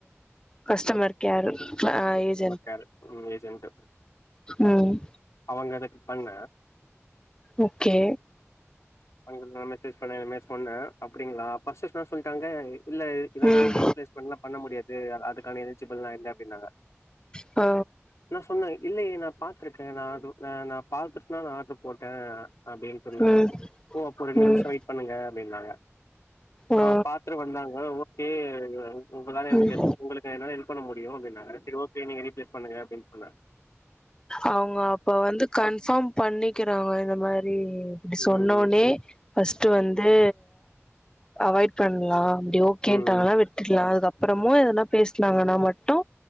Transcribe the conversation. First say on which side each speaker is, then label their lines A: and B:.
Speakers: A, on the left; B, on the left.
A: கஸ்டமர் கேரு <unintelligible>
B: கேரு ம் ஏஜென்ட்டு
A: ம்
B: அவுங்க அதுக்கு பண்ண
A: ஓகே
B: அவுங்களுக் நா மெசேஜ் பண்ண இந்த மாரி சொன்ன அப்டீங்ளா ஃபஸ்ட்டுஸ் என்னா சொல்லிட்டாங்க இல்ல இ இதல்லா
A: ம்
B: ரீப்ளேஸ்மெண்ட்லாம் பண்ண முடியாது அதுக்கான எலிஜிபிள்லா இல்ல அப்டின்னாங்க
A: ஓ
B: நா சொன்ன இல்லையே நா பாத்திருக்க ந நா நா பாத்துட்டுதா நா ஆர்டரு போட்ட அப்டின்னு சொன்ன
A: ம்
B: ஓ அப்போ ரெண்டு
A: ம்
B: நிம்ஷோ வெயிட் பண்ணுங்க அப்டின்னாங்க
A: ஆ
B: அ பா த்துரு வந்தாங்க ஓகே உங்கலால எனக்கு
A: ம்
B: உங்களுக்கு என்னால ஹெல்ப் பண்ண முடியு அப்டின் சொன்னாங்க சேரி ஓகே நீங்க ரீப்லேஸ் பண்ணுங்க அப்டினு சொன்னாங்
A: அவுங்க அப்ப வந்து கன்ஃபாம் பண்ணிக்கிறாங்க இந்த மாரி அப்டி சொன்னோனே
B: ம்
A: ஃபஸ்ட்டு வந்து அவாய்ட் பண்லாம் அப்டி ஓகேன்டாங்கனா
B: ம் ம்
A: விட்றலா அதுக்கப்புறமு எதனா பேசுனாங்கன்னா மட்டு